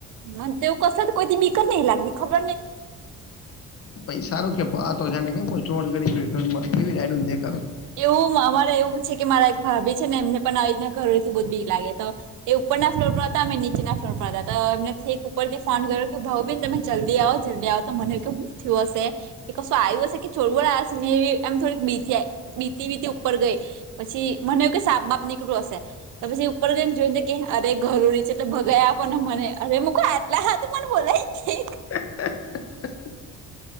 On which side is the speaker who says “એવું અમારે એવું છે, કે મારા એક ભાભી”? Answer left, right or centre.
Right